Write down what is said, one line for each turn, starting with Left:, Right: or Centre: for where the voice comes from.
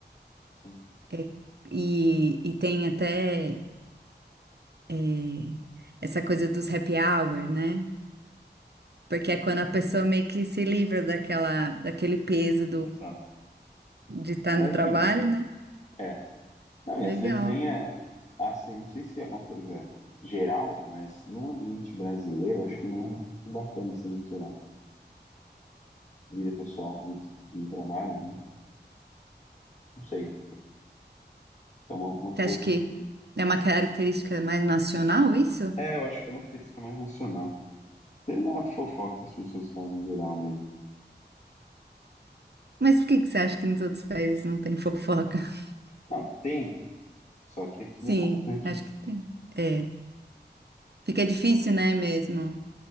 Left: sim,
Right: É, e, e tem até é, essa coisa dos happy hour, né? Porque é quando a pessoa meio que se livra daquela, daquele peso
Left: exato.
Right: de estar
Left: Mas
Right: no trabalho,
Left: assim,
Right: né?
Left: é. Não, e
Right: Legal.
Left: às vezes nem é assim, não sei se é uma coisa geral, mas no ambiente brasileiro, eu acho que não é muito bacana se misturar vida pessoal, vida de de trabalho, né? Não sei. Então, algumas.
Right: Você
Left: pe-
Right: acha que é uma característica mais nacional isso?
Left: É, eu acho que é uma característica mais nacional. Pela fofoca que as pessoas fazem em geral mesmo.
Right: Mas por que que você acha que nos outros países não tem fofoca? <laughs>
Left: Não, tem, só que aqui
Right: Sim,
Left: é bastante.
Right: acho que tem. É, fica difícil, né, mesmo?